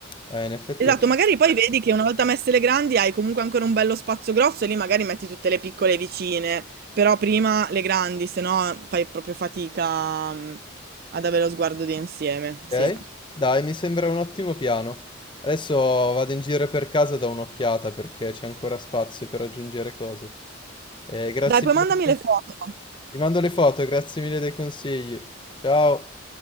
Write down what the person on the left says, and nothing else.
Eh, in effetti
ha
Ok? Dai, mi sembra un ottimo piano. Adesso vado in giro per casa e do un'occhiata perché c'è ancora spazio per aggiungere cose. Eh, grazie
mille.
Ti mando le foto, grazie mille dei consigli. Ciao.